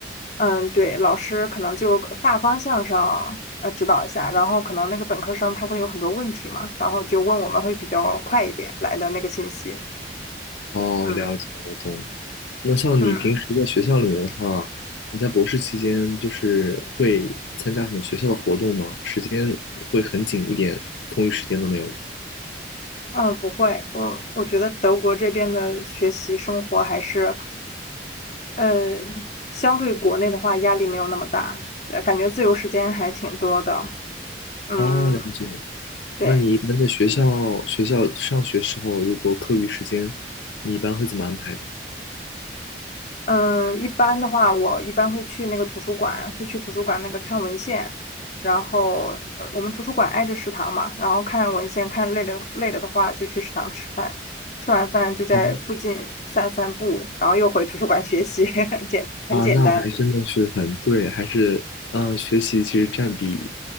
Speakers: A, on the left; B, on the left.
A: 嗯，对，老师可能就大方向上呃指导一下，然后可能那个本科生他会有很多问题嘛，然后就问我们会比较快一点来的那个信息。
B: 哦，
A: 嗯
B: 了解了，懂了那像你平时在学校里面的话，
A: 嗯
B: 你在博士期间就是会参加什么学校的活动吗？时间会很紧一点，空余时间都没有吗？
A: 嗯，不会，我我觉得德国这边的学习生活还是，呃，相对国内的话压力没有那么大，呃感觉自由时间还挺多的。嗯，
B: 哦，了解。
A: 对。
B: 那你一般在学校学校上学时候，如果课余时间，你一般会怎么安排的？
A: 嗯，一般的话，我一般会去那个图书馆，会去图书馆那个看文献，然后呃，我们图书馆挨着食堂嘛，然后看文献，看累了累了的话就去食堂吃饭，吃完饭就在附近散散步，
B: 哦
A: 然后又回图书馆学习，<laughs> 简很简单。
B: 啊，那还真的是很对，还是嗯，学习其实占比